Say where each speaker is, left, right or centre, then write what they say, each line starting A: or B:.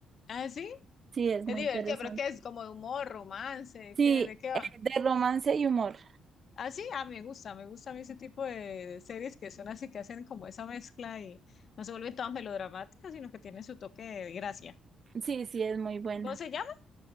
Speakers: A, on the left; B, on the right.
A: Ah, sí.
B: Sí, es
A: Es
B: muy
A: divertido,
B: interesante.
A: pero es que es como de humor, romance,
B: Sí,
A: ¿qué, de qué va?
B: eh, de romance y humor.
A: Ah, sí, ah, me gusta, me gusta a mí ese tipo de, de series que son así, que hacen como esa mezcla y no se vuelven todas melodramáticas, sino que tienen su toque de gracia.
B: Sí, sí, es muy buena.
A: ¿Cómo se llama?